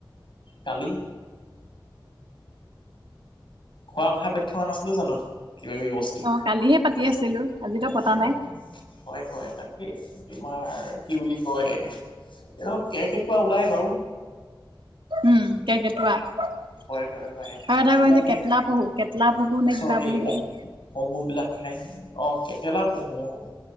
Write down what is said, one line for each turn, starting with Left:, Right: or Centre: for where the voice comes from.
Left: কালি। খোৱাৰ কথা পাত থকা নাছিলো জানো? কিবা কিবি বচ টো
Right: অ কালিহে পাতি আছিলো আজিতো পতা
Left: অ,
Right: নাই
Left: হয় হয়। তাকেই। তোমাৰ কি বুলি কয় এই ধৰক কেৰ্কেটুৱা ওলাই বাৰু।
Right: উম, কেৰ্কেটুৱা আৰু
Left: হয় হয় হয়
Right: এটা
Left: এইবিলাকে
Right: কয় যে কেটলা পহু, কেটলা পহু
Left: গছৰ
Right: নে কিবা
Left: সেইবিলাক
Right: বুলি কয়।
Left: ফল- মূলবিলাক খায়, অ। কেটেলা পহু অ,